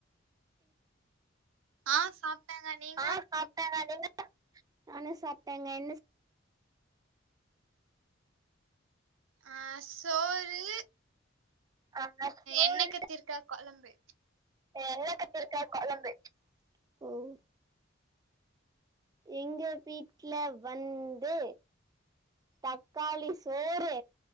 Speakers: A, on the right (about 85°); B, on the right (about 20°).
A: ஆ சாப்பிட்டாங்க நீங்க
B: ஆ சாப்டேங்க நீங்க நானு சாப்டேங்க என்ன
A: அ சோறு
B: ஆ சோறு
A: எண்ண கத்திரிக்கா கொழம்பு
B: எண்ண கத்திரிக்கா கொழம்பு ஓ எங்க வீட்ல வந்து தக்காளி சோறு